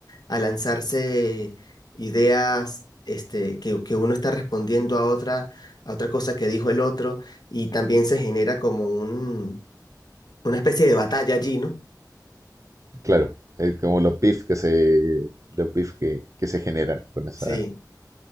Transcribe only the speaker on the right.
Claro, es como los beef que se, los beef que, que se generan con esa,